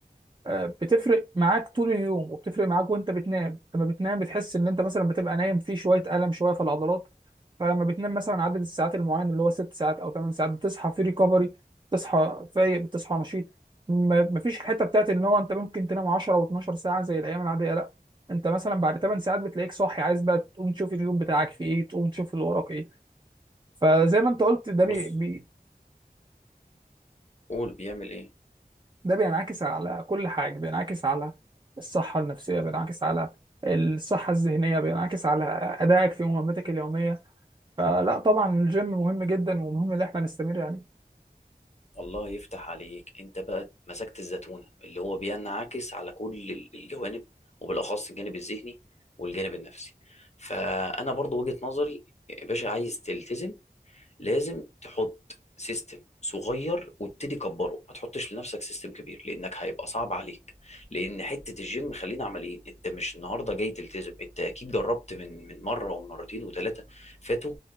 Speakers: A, on the right (about 30°); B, on the left (about 45°).
A: آه، بتفرق معاك طول اليوم وبتفرق معاك وانت بتنام لما بتنام بتحس ان انت مثلا بتبقى نايم في شويه الم شويه في العضلات فلما بتنام مثلا عدد الساعات المعين اللي هو ست ساعات او ثمان ساعات بتصحى في ريكفري بتصحى فايق بتصحى نشيط ما- مفيش الحته بتاعت ان هو انت ممكن تنام 10 و12 ساعه زي الايام العاديه لا انت مثلا بعد 8 ساعات بتلاقيك صاحي عايز بقى تقوم تشوف اليوم بتاعك في ايه تقوم تشوف اللي وراك ايه فزي ما انت قلت ده بي
B: بص
A: بي
B: قول بيعمل ايه
A: ده بينعكس على كل حاجة بينعكس على الصحة النفسية بينعكس على الصحة الذهنية بينعكس على أدائك في مهمتك اليومية فلا طبعا الجيم مهم جدا ومهم إن احنا نستمر يعني
B: الله يفتح عليك انت بقى مسكت الزتونه اللي هو بينعكس على كل ال- الجوانب وبالاخص الجانب الذهني والجانب النفسي فانا برضو وجهه نظري يا باشا عايز تلتزم لازم تحط سيستم صغير وابتدي كبره ما تحطش لنفسك سيستم كبير لانك هيبقى صعب عليك لان حته الجيم خلينا عمليين انت مش النهارده جاي تلتزم انت اكيد جربت من من مره ومرتين وثلاثه فاتوا